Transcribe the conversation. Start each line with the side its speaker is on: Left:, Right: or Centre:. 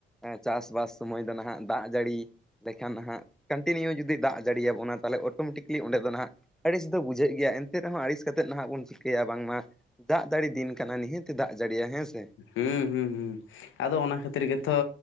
Centre: ᱮᱸ ᱪᱟᱥᱼᱵᱟᱥ ᱥᱚᱢᱚᱭ ᱫᱚ ᱱᱟᱦᱟᱸᱜ ᱫᱟᱜ ᱡᱟᱹᱲᱤ ᱞᱮᱠᱷᱟᱱ ᱱᱟᱦᱟᱸᱜ ᱠᱟᱱᱴᱤᱱᱤᱭᱩ ᱡᱩᱫᱤ ᱫᱟᱜ ᱡᱟᱹᱲᱤ ᱭᱟᱵᱚᱱᱟ ᱛᱟᱦᱚᱞᱮ ᱚᱴᱳᱢᱮᱴᱤᱠᱞᱤ ᱚᱸᱰᱮ ᱫᱚ ᱱᱟᱦᱟᱸᱜ ᱟᱹᱲᱤᱥ ᱫᱚ ᱵᱩᱡᱷᱟᱹᱜ ᱜᱮᱭᱟ ᱮᱱᱛᱮ ᱨᱮᱦᱚᱸ ᱟᱲᱤᱥ ᱠᱟᱛᱮᱜ ᱱᱟᱦᱟᱸᱜ ᱵᱚᱱ ᱪᱤᱠᱟᱹᱭᱟ ᱵᱟᱝ ᱢᱟ ᱫᱟᱜ ᱫᱟᱲᱤ ᱫᱤᱱ ᱠᱟᱱᱟ ᱱᱤᱦᱟᱹ ᱛᱮ ᱫᱟᱜ ᱡᱟᱹᱲᱤᱭᱟ ᱦᱮᱸ
Left: ᱦᱩᱸ ᱦᱩᱸ ᱦᱩᱸ
Centre: ᱦᱮᱸ
Left: ᱟᱫᱚ ᱚᱱᱟ ᱠᱷᱟᱹᱛᱤᱨ ᱜᱮ ᱛᱚ